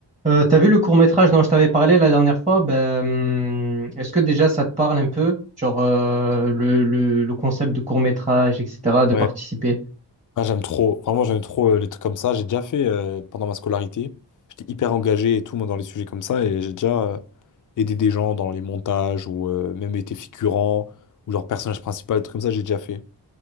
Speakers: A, on the right; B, on the left.
A: Euh, t'as vu le court-métrage dont je t'avais parlé la dernière fois? Ben, hum, est-ce que déjà ça te parle un peu? Genre euh, le, le, le concept de court-métrage, etc., de
B: Ouais,
A: participer.
B: Ah, j'aime trop. Vraiment, j'aime trop euh, les trucs comme ça. J'ai déjà fait euh, pendant ma scolarité. J'étais hyper engagé et tout, moi, dans les sujets comme ça. Et j'ai déjà euh, aidé des gens dans les montages ou euh, même été figurant ou genre personnage principal, des trucs comme ça, j'ai déjà fait.